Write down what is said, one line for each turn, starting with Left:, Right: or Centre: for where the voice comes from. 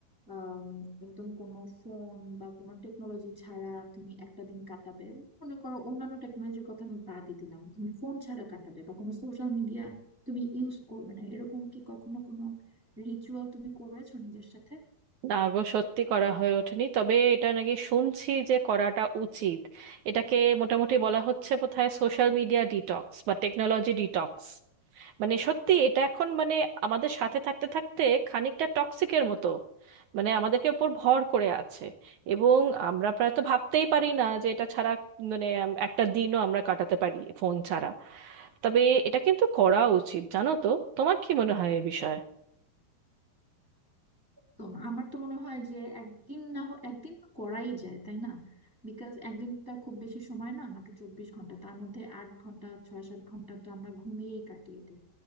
Centre: আম, একদম কোনো ফোন বা কোনো টেকনোলজি ছাড়া তুমি একটা দিন কাটাবে মনে করো অন্যান্য টেকনোলজির কথা আমি বাদই দিলাম তুমি ফোন ছাড়া কাটাবে বা কোনো সোশ্যাল মিডিয়া তুমি ইউজ করবে না এরকম কি কখনো কোনো রিচুয়াল তুমি করেছো নিজের সাথে
Right: না গো সত্যি করা হয়ে ওঠেনি তবে এটা নাকি শুনছি যে করাটা উচিত এটাকে মোটামুটি বলা হচ্ছে কোথায় সোশ্যাল মিডিয়া ডিটক্স বা টেকনোলজি ডিটক্স মানে সত্যি এটা এখন মানে আমাদের সাথে থাকতে থাকতে খানিকটা টক্সিকের মতো মানে আমাদেরকে উপর ভর করে আছে এবং আমরা প্রায় তো ভাবতেই পারি না যে এটা ছাড়া মানে উম, একটা দিনও আমরা কাটাতে পারি ফোন ছাড়া তবে এটা কিন্তু করা উচিত জানো তো তোমার কি মনে হয় এ বিষয়ে
Centre: তো আমার তো মনে হয় যে একদিন না হয় একদিন তো করাই যায় তাই না বিকজ একদিন তো আর খুব বেশি সময় না মাত্র চব্বিশ ঘন্টা তার মধ্যে আট ঘন্টা ছয় সাত ঘন্টা তো আমরা ঘুমিয়েই কাটিয়ে দিই